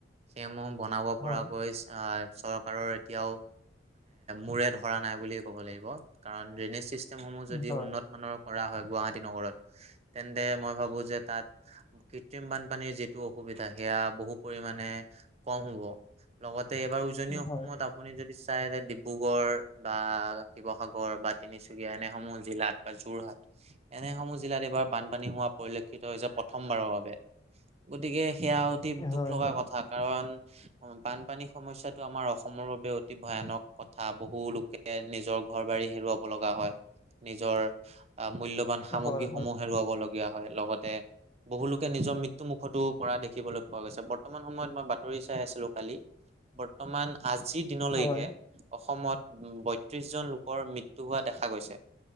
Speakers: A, on the right; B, on the left.
A: সেইসমূহ বনাব
B: হয়
A: পৰাকৈ আহ চৰ কাৰৰ এতিয়াও মূৰে ধৰা নাই বুলিয়েই ক'ব লাগিব। কাৰণ ড্ৰেনিজ চিছ ষ্টেম সমূহ যদি
B: হয়
A: উন্নত মানৰ কৰা হয়, গুৱাহাটী নগৰত, তেন্তে মই ভাবো যে তাত কৃত্ৰিম বানপানীৰ যিটো অসুবিধা সেয়া বহুত পৰিমাণে কম হ'ব। লগতে এইবাৰ উজনি অসমত
B: হয়
A: আপুনি যদি চাই যে ডিব্ৰুগড় বা শিৱসাগৰ বা তিনিচুকীয়া এনেসমূহ জিলাত বা যোৰহাট, এনেসমূহ জিলাত এইবাৰ বানপানী হোৱা পৰিলক্ষিত হৈছে প্ৰথমবাৰৰ বাবে। গতিকে সেয়া অতি দুখ
B: হয়
A: লগা
B: হয়
A: কথা, কাৰণ বানপানী সমস্যাটো আমাৰ অসমৰ বাবে অতি ভয়ানক কথা। বহু লোকে নিজৰ ঘৰ-বাৰী হেৰুৱাব লগা হয়। নিজৰ মূল্যবান সামগ্ৰীসমূহ
B: হয় হয়
A: হেৰুৱাব লগ গীয়া হয়। লগতে বহুলোকে নিজৰ মৃত্যু মুখতো পৰা দেখিবলৈ পোৱা গৈছে। বৰ্তমান সময়ত মই বাতৰি চাই আছিলো কালি, বৰ্তমান আজিৰ দিনলৈকে
B: হয়
A: অসমত উ, বত্ৰিশ জন লোকৰ মৃত্যু হোৱা দেখা গৈছে।